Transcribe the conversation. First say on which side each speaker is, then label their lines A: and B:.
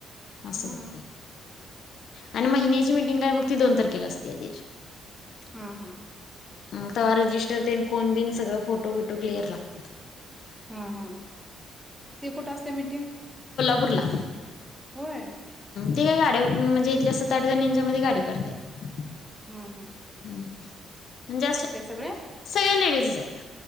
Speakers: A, on the left; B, in the centre.
A: अससते
B: हा
A: आणि महिन्याची मिीटिंग काय मग ती दोन तारखेला असते आधिश
B: हा हा
A: मग तेव्हा रजिस्रन फोन बिन सगळ फोटो विटो क्लिअर लागत
B: हा हा ते कुठं असते मीटिंग
A: कुर्ला
B: होय
A: ते काय गाड्या म्हणजे इथल्या सात आठ जण यांंच्या मध्ये गाडी करतात
B: हम् हम्
A: ह् म्हणजे अस
B: सगळ्या
A: सगळ्या लेडीज जा